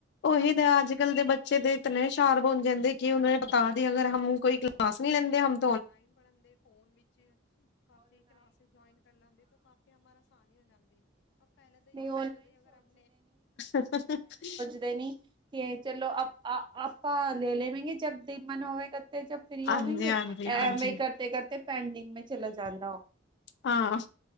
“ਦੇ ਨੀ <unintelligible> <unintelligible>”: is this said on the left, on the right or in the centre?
Right